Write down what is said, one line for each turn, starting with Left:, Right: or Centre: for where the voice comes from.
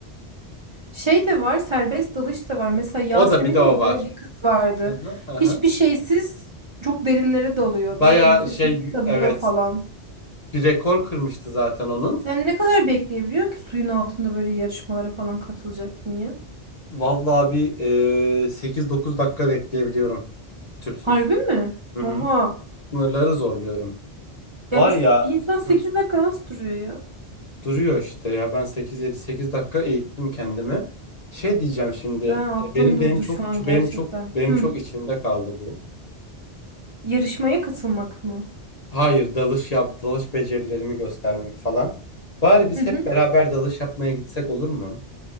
Right: Şey de var, serbest dalış da var. Mesela Yasemin
Left: o da bir de o
Right: miydi?
Left: var.
Right: Öyle bir kız vardı.
Left: Hı hı, hı
Right: Hiçbir
Left: hı.
Right: şeysiz çok derinlere dalıyor.
Left: Bayağı
Right: Böyle nefesini
Left: şey
Right: tutabiliyor
Left: evet
Right: falan.
Left: bir rekor kırmıştı zaten onun.
Right: Sen ne kadar bekleyebiliyorsun ki suyun altında böyle yarışmalara falan katılacaktın ya?
Left: Vallahi bir e, 8-9 dakika bekleyebiliyorum tüpsüz.
Right: Harbi mi?
Left: Hı
Right: Oha.
Left: hı. Sınırları zorluyorum. Var
Right: Ya biz,
Left: ya
Right: bir insan sekiz
Left: hı,
Right: dakika nasıl duruyor ya?
Left: duruyor işte ya ben sekiz yedi sekiz dakika eğittim kendimi. Şey diyeceğim şimdi
Right: Ben aklım
Left: e, benim
Right: durdu
Left: benim çok
Right: şu an gerçekten.
Left: benim çok benim
Right: Hı.
Left: çok içimde kaldı bu.
Right: Yarışmaya katılmak mı?
Left: Hayır dalış yap dalış becerilerimi göstermek falan. Bari biz
Right: Hı hı.
Left: hep beraber dalış yapmaya gitsek olur mu?